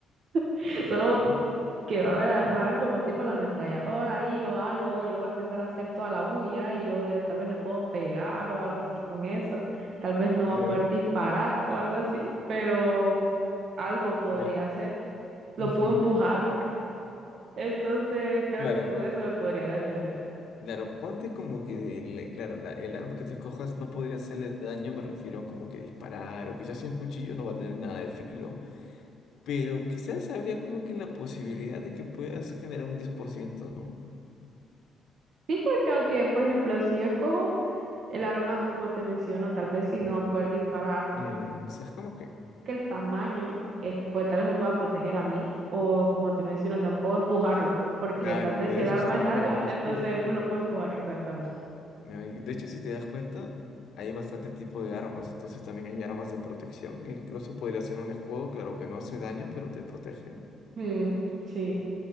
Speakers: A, on the right; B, on the left.
A: <laughs>
B: claro,
A: Solo va- que va a ver, a- va a ver como tipo la ametralladora ahí o algo. Yo lo voy a empezar a hacer toda la bulla y yo le, tal vez le puedo pegar o algo así con eso. Tal vez no
B: claro.
A: va a poder disparar o algo así, pero algo podría
B: no
A: hacer. Lo
B: Ujú,
A: puedo empujar, entonces creo
B: Claro.
A: que con eso me podría defender.
B: Claro, ponte como que, el- claro, la- el arma que te escojas no podría hacerle daño, me refiero como que disparar, o quizás si es un cuchillo no va a tener nada de filo, pero quizás habría como que la posibilidad de que puedas generar un 10%, ¿no?
A: Sí, porque aunque, por ejemplo, si yo escojo el arma, como te menciono, tal vez si no va a poder disparar.
B: Eh, o sea, es como que,
A: que el tamaño, él, pues tal vez me pueda proteger a mí, o como te menciono, o sea, puedo empujarlo, porque
B: claro,
A: tal vez
B: podrías
A: si el arma
B: usarlo
A: es larga,
B: como un escudo.
A: entonces pues lo puedo empujar exactamente.
B: Eh, De hecho, si te das cuenta, hay bastante tipo de armas, entonces también hay armas de protección, e incluso podría ser un escudo, claro que no hace daño, pero te protege, ¿no?
A: Mm, sí,